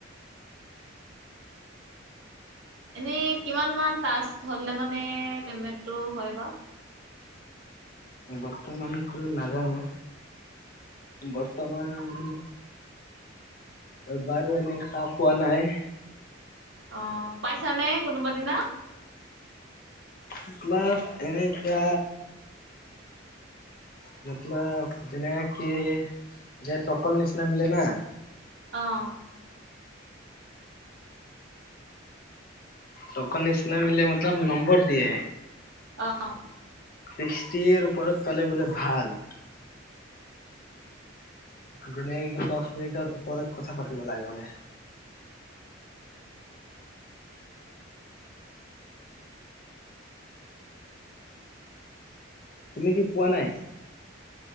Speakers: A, on the right; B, on the left.
A: এনে কিমান মান টাক্স হ'লে মানে পেমেণ্টটো হয় বাৰু।
B: বৰ্তমানতো নাজানো, বৰ্তমান বাৰু এনে খাহ পোৱা নাই
A: অ', পাইছানে কোনোবা দিনা?
B: মতলব এনেকুৱা মতলব যেনে কি যে টকন নিচিনা মিলে না
A: আহ।
B: তোকন নিচনা মিলে মতলব নম্বৰ দিয়ে।
A: আহ।
B: ছিক্সটিৰ ওপৰত পালে বোলে ভাল। যেনে কি দহ মিনিটৰ ওপৰত কথা পাতিব লাগে বোলে।
A: <inaudible>
B: তুমি কি পোৱা নাই?